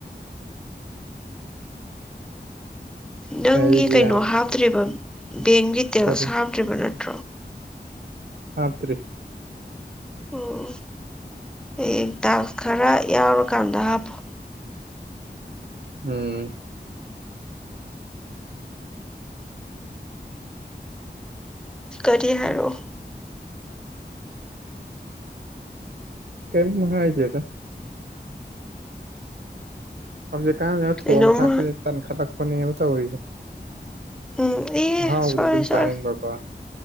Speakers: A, in the centre; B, on the right.
A: ꯅꯪꯒꯤ
B: ꯑꯩꯗꯤ
A: ꯀꯩꯅꯣ
B: ꯌꯥꯝ
A: ꯍꯥꯞꯇ꯭ꯔꯤꯕ ꯕꯦꯡꯒꯤ ꯗꯤꯇꯦꯜꯁ
B: ꯀꯔꯤ
A: ꯍꯥꯞꯇ꯭ꯔꯤꯕ ꯅꯠꯇ꯭ꯔꯣ
B: ꯍꯥꯞꯇ꯭ꯔꯤ
A: ꯑꯣ ꯍꯦꯛ ꯇꯥꯛꯁ ꯈꯔ ꯌꯥꯎꯔꯀꯥꯟꯗ ꯍꯥꯞꯄꯣ
B: ꯎꯝ
A: ꯀꯔꯤ ꯍꯥꯏꯔꯑꯣ
B: ꯀꯝ ꯍꯥꯏꯗꯦꯗ ꯍꯧꯖꯤꯛꯀꯥꯟꯖꯤꯅ ꯊꯣꯡ
A: ꯀꯩꯅꯣꯝꯃ
B: ꯊꯥꯛꯄꯁꯤ ꯇꯟꯈꯠꯂꯛꯄꯅꯦꯕ ꯇꯧꯔꯤꯖꯦ
A: ꯎꯝ ꯑꯦ
B: ꯑꯍꯥꯎꯕꯗꯤ
A: ꯁꯣꯏꯔꯦ
B: ꯑꯗꯨꯝ
A: ꯁꯣꯏꯔꯦ
B: ꯆꯥꯅꯤꯡꯕ ꯀꯣ